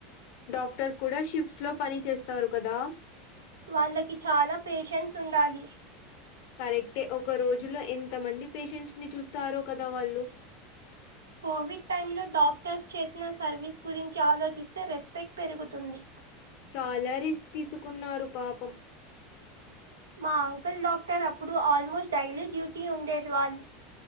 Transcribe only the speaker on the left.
డాక్టర్స్ కూడ షిఫ్ట్స్ లో పని చేస్తారు కదా
కరెక్టే ఒక రోజు లో ఎంత మంది పేషెంట్స్ ని చూస్తారో కద వాళ్ళు
చాలా రిస్క్ తీసుకున్నారు పాపం